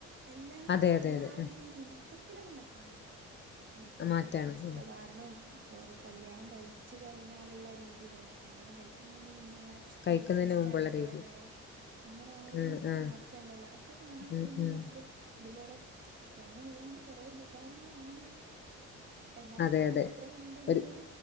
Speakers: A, on the right; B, on the left.
A: എല്ലാം
B: അതെ
A: വസ്ത്രധാരണ
B: അതെ അതെ. ഉം.
A: രീതി മൊത്തത്തില് മാറ്റാണല്ലോ അവര്തിം
B: മാറ്റാണ്.
A: വ വസ്ത്രധാരണും
B: ഉം.
A: ഓരോ കല്യാണം കഴിച്ച് കഴിഞ്ഞാല്ള്ളെ രീതി വേറെ കല്യാണം കഴിക്കുന്നതിന് മുന്നെ ള്ളെ
B: കഴിക്കുന്നതിന്
A: ഡ്രെസ്സിങ് സ്റ്റൈല്
B: മുമ്പുള്ള രീതി.
A: വേറെ അങ്ങനെ ഓരോന്നിനും
B: ഉം ആഹ്.
A: മാറ്റാണ്ടല്ലോ അതൊക്കെ കാണാൻ
B: ഉം
A: കഴിയുന്നെനെ
B: ഉം.
A: നമുക്ക് ഇതുപോലെ ഫോൺ ഉളോണ്ട് കുറെ ഉപകാരങ്ങളാണ് എന്നാലും
B: അതെ
A: കുറെ
B: അതെ.
A: ഉപദ്രവം ഉണ്ടെങ്കിലും
B: ഒരു